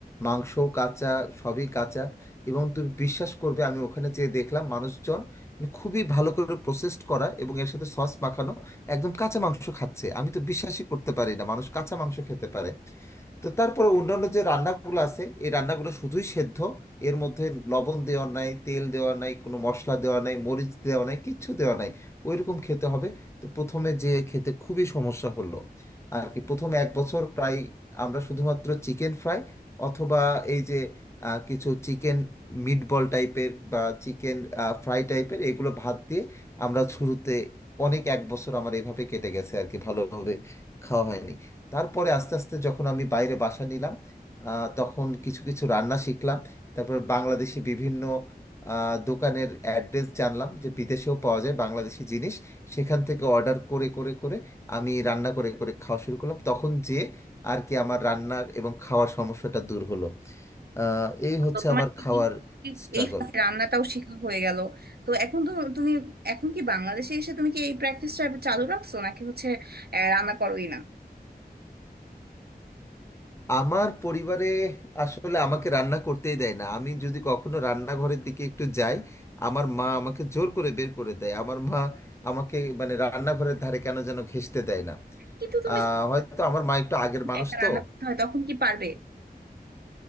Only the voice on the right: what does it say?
তো তোমার
কি
কি- কি-
এই ফাঁকে রান্নাটাও শেখা হয়ে গেল তো এখন তো তুমি এখন কি বাংলাদেশে এসে তুমি কি এই প্র্যাকটিসটা চালু রাখছো নাকি হচ্ছে আহ, রান্না করোই না
কিন্তু তুমি
যদি
একা রান্না
করতে হয় তখন কি পারবে